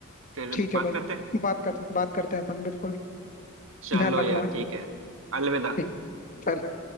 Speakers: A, on the right (about 65°); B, on the left (about 40°).
A: फिर
B: ठीक
A: बात
B: है भाई
A: करते हैं
B: बात करते बात करते हैं अपन बिल्कुल
A: चलो
B: ध्यान रखना
A: यार
B: है
A: ठीक है अलविदा
B: हम्म, चलो